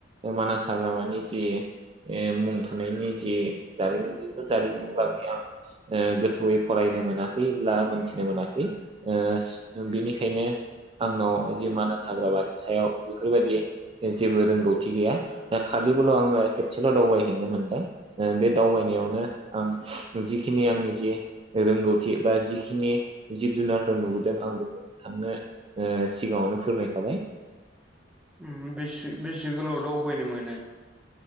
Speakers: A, on the right; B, in the centre.
A: मानास हाग्रामानि जे ए मुं थानायनि जे जारिमिन बेफोर जारिमिननि बागै आं ओ गोथौयै फरायनो मोनाखै ब्ला मोनथिनो मोनाखै ओ बिनिखायनो आंनाव जि मानास हाग्राबानि सायाव बेफोरबायदि जेबो रोंगौथि गैया दा खालि बोल आङो खेबसेल दावबायहैनो मोनदों ओ बे दावबायनायावनो आं जिखिनि आंनि जे रोंगौथि बा जिखिनि जिब जुनारफोर नुबोदों आं बेखौ नोंथांनो ओ सिगाङावनो फोरमायखाबाय
B: उम बेसे बेसे गोलाव दावबायनो मोनो